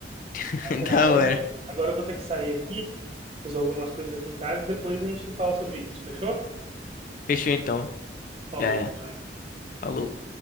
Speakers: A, on the left; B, on the right.
A: <laughs>
B: Mas Agora,
A: Da hora.
B: eu vou- agora eu vou ter que sair aqui, resolver umas coisas aqui em casa, depois a gente fala sobre isso, fechou?
A: Fechou então.
B: Falou.
A: Já é.
B: É.
A: Falou.